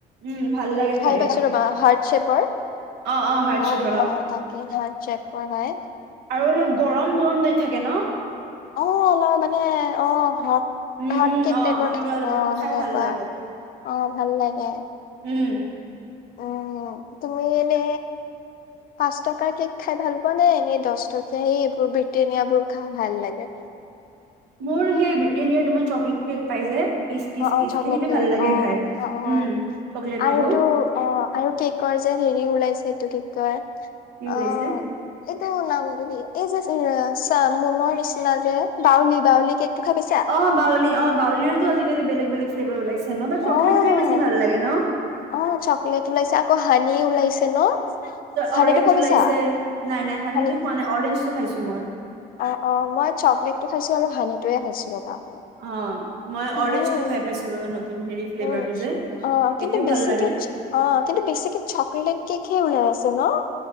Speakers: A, on the right (about 80°); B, on the left (about 60°).
A: উম ভাল লাগে
B: খাই
A: এইটো
B: পাইছো ৰবা! হাৰ্ট শ্বেপৰ।
A: অ হাৰ্ড
B: অ'
A: চেপৰ
B: অ', তাকে হয় হাৰ্ট শ্বেপৰ হয়।
A: আৰু অলপ গৰম গৰম টাইপ থাকে ন'।
B: অ' মই মানে অ' <unintelligible>
A: উম
B: হয়'
A: উম
B: কেক
A: অ
B: টাইপৰ
A: সেনেকুৱা
B: থাকে
A: টাইপৰ
B: অ',
A: মানে খাই
B: সেনেকুৱা
A: ভাল লাগে
B: অ' ভাল লাগে।
A: উম'।
B: অ' তুমি এনে পাঁচ টকাৰ কেক খাই ভাল পোৱা নে? এনেই দহ টকীয়া এইবোৰ ব্ৰিটেনিয়া বোৰ খাই ভাল লাগে?
A: মোৰ সেই ব্ৰিটেনিয়াৰ তোমাৰ চকলেট কেক পাই যে পিচ পিচ
B: অ অ
A: পিচকে
B: চকলেট
A: সেইটো
B: কেক
A: ভাল লাগে
B: অ
A: খাই।
B: অ অ
A: উম' চকলেতৰটো।
B: আৰুতো অ আৰু কেকৰ যে হেৰি ওলাইছে এইটো কি কৈ অ'।
A: কি ওলাইছে
B: এইটো নামটো কি এই যে <unintelligible> নিচিনা যে বাউলি বাউলি কেকটো খাই পাইছা?
A: অ' বাউলি অ' বাউলিৰতো আজিকালি বেলেগ বেলেগ ফ্লেভাৰ ওাইছে ন', বাট
B: অ',
A: চকলেটটোৱে বেছি ভাল লাগে ন'।
B: অ' চকলেট ওলাইছে, আকৌ হানি ওলাইছে ন'। হানিটো
A: অৰেঞ্জ
B: খাই পাইছা?
A: ওলাইছে নাই নাই হানিটো
B: হানি
A: খোৱা নাই অৰেঞ্জটো খাইছো মই।
B: অ' অ', মই চকলেটটো খাইছো আৰু হানিটোয়ে খাইছো ৰবা!
A: অ' মই
B: উম,
A: অৰেঞ্জটো খাই পাইছো ৰবা, নতুন হেৰি ফ্লেভাৰটো
B: উম,
A: যে সেইটো
B: অ', কিন্তু বেছিকে
A: ভাল লাগে।
B: অ' কিন্তু বেছিকে চকলেট কেকহে ওলাই আছে ন'।